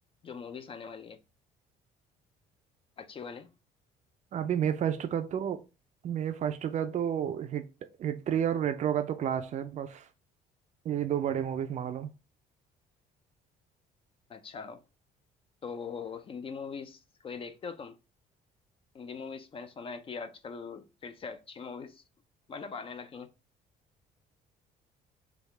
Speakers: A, on the left; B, on the right.
A: जो मूवीज आने वाली है अच्छी वाली
B: अभी मे फर्स्ट का तो मे फर्स्ट का तो हिट हिट थ्री और रेट्रो का तो क्लाश है बस यही दो बड़े मूवीज मालूम
A: अच्छा तो हिंदी मूवीज कोई देखते हो तुम हिंदी मूवीज मैंने सुना है कि आजकल फिर से अच्छी मूवीज मतलब आने लगी हैं